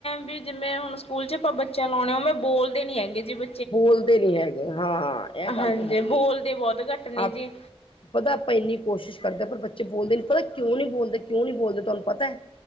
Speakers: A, on the left; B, on the left.
A: ਵੀ ਜਿਵੇਂ ਹੁਣ ਸਕੂਲ ਚ ਆਪਾਂ ਬੱਚਿਆਂ ਲਾਉਣੇ ਹੋਵੇਂ ਬੋਲਦੇ ਨੀ ਹੈਗੇ ਜੇ ਬ।
B: ਬੋਲਦੇ ਨੀ ਹੈਗੇ ਹਾਂ ਇਹ ਗੱਲ
A: ਹਾਂਜੀ
B: ਤਾਂ ਹੈਗੀ
A: ਬੋਲਦੇ
B: ਹੈ
A: ਬਹੁਤ ਘੱਟ ਨੇ
B: ਆਪ।
A: ਜੀ
B: ਪਤਾ ਆਪਾਂ ਇੰਨੀ ਕੋਸ਼ਿਸ਼ ਕਰਦੇ ਹਾਂ ਪਰ ਬੱਚੇ ਬੋਲਦੇ ਨੀ ਪਤਾ ਕਿਉਂ ਨਹੀਂ ਬੋਲਦੇ ਕਿਉਂ ਨਹੀਂੀ ਬੋਲਦੇ ਤੁਹਾਨੂੰ ਪਤਾ ਹੈ।